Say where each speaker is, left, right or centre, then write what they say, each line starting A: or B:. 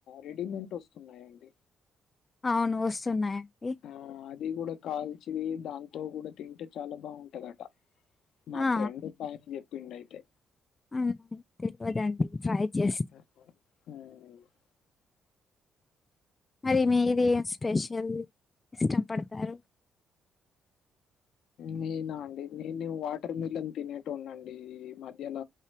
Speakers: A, on the left; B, on the left.
A: రెడీమేంట్ వస్తున్నాయండి.
B: అవును వస్తున్నాయండి.
A: ఆ అది గుడ కాల్చి దాంతో గుడ తింటే చాలా బాగుంటదట. మా
B: ఆ
A: ఫ్రెండ్ ఒకాయన చెప్పిండయితే.
B: అవున తెలియదండి ట్రై చేస్
A: ఆ
B: మరి మీది స్పెషల్ ఇష్టం పడతారు?
A: నేనా అండి, నేను వాటర్ మిల్లన్ తినేటోన్నండి, ఈ మధ్యల